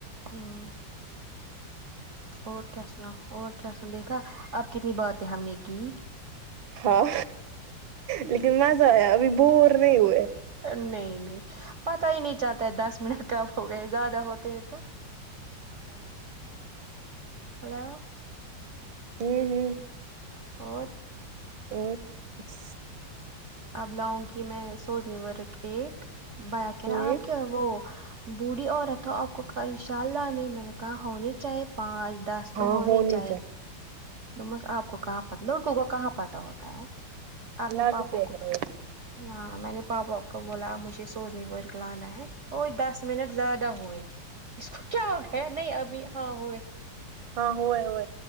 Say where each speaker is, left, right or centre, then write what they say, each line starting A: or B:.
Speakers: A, on the right (about 50°); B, on the right (about 80°).
A: ہوں اور کیا سناو اور کیا سنو دیکھا اب کتنی باتیں ہم نے کی
B: ہاں لیکن مزہ آیا ابھی بور نہیں ہوئے
A: نہیں نہیں پتا ہی نہیں چلتا ہے دس منٹ کب ہو گئے زیادہ ہوتے ہیں تو
B: ہاں
A: ہلو
B: ہوں ہوں
A: اور
B: اور بس
A: اب لاؤں گی میں سوزنی ورک ایک بیا کہ
B: ہوں
A: رہا آپ کے وہ بوڑھی عورت ہو آپ کو انشاء اللہ نے میں نے کہا ہونی چاہیے پانچ دس
B: ہاں
A: تو ہونے
B: ہونی
A: چاہیے توس آپ کو کہاں پ لڑکوں کو کہاں پتا ہوتا ہے آپ
B: لگتے
A: میں پاپوں
B: ہیں
A: کو ہاں میں نے پاپا کا بولا مجھے سوزنی ورک لانا ہے ہو دس منٹ زیادہ ہوئے اس کو کیا ہو گیا نہیں ابھی ہاں ہوئے
B: ہاں ہوئے ہوئے